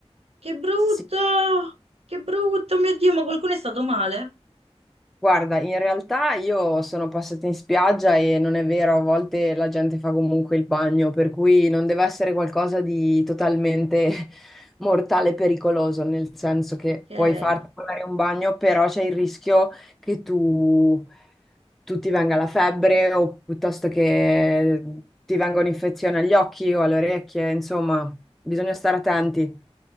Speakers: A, on the right (about 65°); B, in the centre.
A: che brutto!
B: Sì.
A: Che brutto, mio Dio, ma qualcuno è stato male?
B: Guarda, in realtà io sono passata in spiaggia e non è vero, a volte la gente fa comunque il bagno, per cui non deve essere qualcosa di totalmente <laughs> mortale e pericoloso, nel senso che
A: Ok. E
B: puoi farti fare un bagno, però c'è il rischio che tu, tu ti venga la febbre o piuttosto che ti venga un'infezione agli occhi o alle orecchie, insomma, bisogna stare attenti.